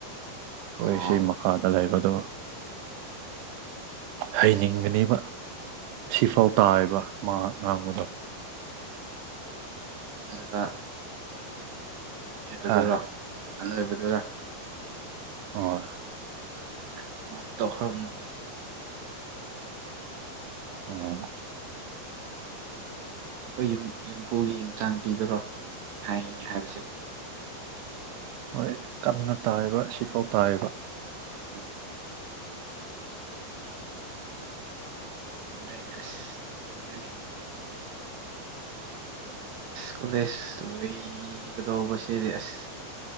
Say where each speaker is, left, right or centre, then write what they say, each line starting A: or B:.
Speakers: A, on the right (about 85°); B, on the right (about 70°).
A: ꯈꯣꯏꯁꯤ
B: ꯑꯣ
A: ꯃꯈꯥꯗ ꯂꯩꯕꯗꯣ ꯍꯩꯅꯤꯡꯕꯅꯦꯕ ꯁꯤꯐꯥꯎ ꯇꯥꯏꯕ ꯃꯥ ꯉꯥꯡꯕꯗꯣ
B: <unintelligible> ꯑꯗꯨꯔꯣ
A: ꯍꯥ
B: ꯑꯅꯣꯏꯕꯗꯔ
A: ꯍꯣꯏ
B: <unintelligible>
A: ꯑꯣ
B: ꯈꯣꯏ ꯌꯨꯝ ꯌꯨꯝꯄꯨꯒꯤ ꯃꯆꯥꯅꯨꯄꯤꯗꯨꯔꯣ ꯍꯥꯏꯅꯤ ꯍꯥꯏꯕꯁꯦ
A: ꯍꯣꯏ ꯀꯟꯅ ꯇꯥꯏꯕ ꯁꯤꯐꯥꯎ ꯇꯥꯏꯕ
B: <unintelligible> <unintelligible> ꯀꯣꯂꯦꯖ ꯂꯣꯏꯒꯗꯧꯕ ꯁꯤꯗꯤ ꯑꯁ